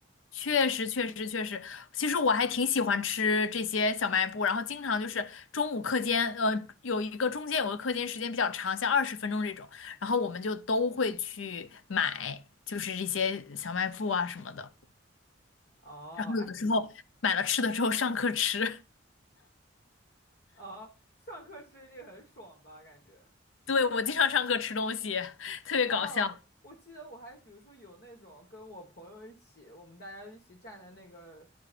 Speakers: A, on the left; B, on the left.
A: 确实确实确实，其实我还挺喜欢吃这些小卖部，然后经常就是中午课间，呃，有一个中间有个课间时间比较长，像二十分钟这种，然后我们就都会去买，就是这些小卖部啊什么的，
B: 哦，
A: 然后有的时候买了吃的之后上课吃，
B: 哎，哦，上课吃一定很爽吧？感觉。
A: <laughs> 对，我经常上课吃东西，特别搞笑，
B: 哦，我记得我还比如说有那种跟我朋友一起，我们大家一起站在那个，